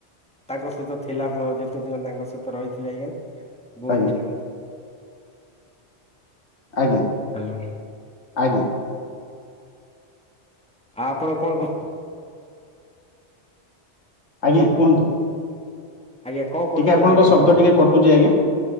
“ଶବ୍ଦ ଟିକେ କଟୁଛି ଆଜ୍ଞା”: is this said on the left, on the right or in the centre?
Left